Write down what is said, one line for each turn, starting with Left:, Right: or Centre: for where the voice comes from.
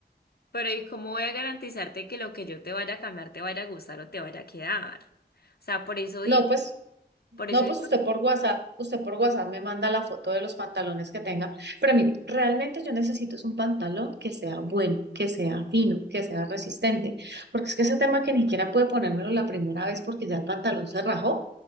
Left: Pero ¿y cómo voy a garantizarte que lo que yo te vaya a cambiar te vaya a gustar o te vaya a quedar? O sea, por eso
Right: No, pues
Left: Por
Right: No,
Left: eso digo
Right: pues usted
Left: que
Right: por WhatsApp, usted por WhatsApp me manda la foto de los pantalones que tenga. Pero mire, realmente yo necesito es un pantalón que sea bueno, que sea fino, que sea resistente. Porque es que ese tema que ni siquiera pude ponérmelo la primera vez porque ya el pantalón se rajó.